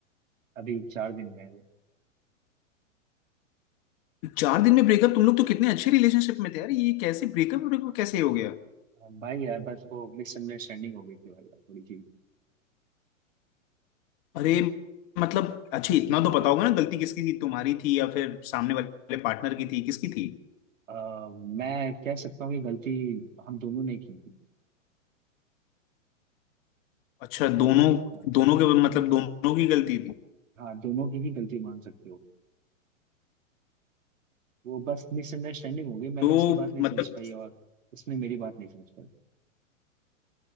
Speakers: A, on the right; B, on the left.
A: अभी चार दिन हुए हैं
B: चार दिन में ब्रेकअप तुम लोग तो कितने अच्छे रिलेशनशिप में थे यार ये कैसे ब्रेकअप ब्रेकअप कैसे हो गया
A: अ, भाई यार बस वो मिसअंडरस्टैंडिंग हो गई थी भाई यार थोड़ी सी
B: अरे मतलब अच्छा इतना तो पता होगा ना गलती किसकी थी तुम्हारी थी या फिर सामने वाले पार्टनर की थी किसकी थी
A: अ, मैं कह सकता हूँ कि गलती हम दोनों ने की थी
B: अच्छा दोनों
A: हाँ
B: दोनों के मतलब दोनों की गलती थी
A: हाँ दोनों की ही गलती मान सकते हो वो बस मिसअंडरस्टैंडिंग हो गई मैंने
B: तो
A: उसकी बात नहीं
B: मतलब
A: समझ पाई और उसने मेरी बात नहीं समझ पाई